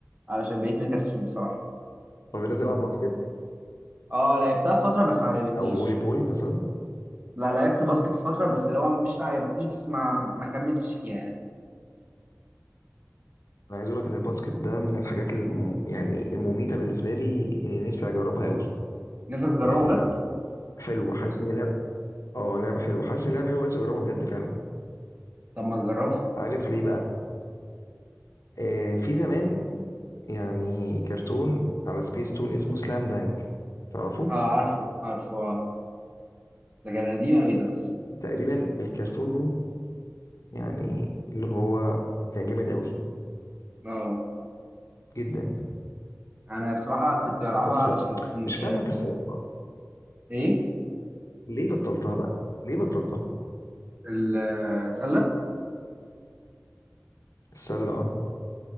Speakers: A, on the right; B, on the left.
A: علشان بقيت مكسل بصراحه
B: طب انت بتلعب باسكت
A: اه لعبتها في فتره بس ما عجبتنيش
B: او فولي بول مثلا
A: لا لعبت باسكت في فتره بس لو مش ما عجبتنيش بس ما ما كملتش فيها يعني
B: انا عايز اقول لك ان الباسكت ده من الحاجات الم... يعني المميته بالنسبه لي اني نفسي اجربها قوي
A: نفسك تجربها
B: يعني
A: بجد
B: حلو حاسس ان اللعبه اه لعبه حلوه حاسس ان اللعبه حلوه نفسي اجربها بجد فعلا
A: طب ما تجربها
B: عارف ليه بقى آه، في زمان يعني كرتون على سبيس تون اسمه سلام دانك تعرفه
A: اه عارفه عارفه اه ده كان قديم قوي ده بس
B: تقريبا الكرتون ده يعني اللي هو كان جامد قوي
A: اه
B: جدا
A: انا بصراحه كنت بلعبها
B: بس
A: علشان كنت
B: مش فاهمك الصراحه
A: ايه
B: ليه بطلتها بقى ليه بطلتها
A: السله
B: السله اه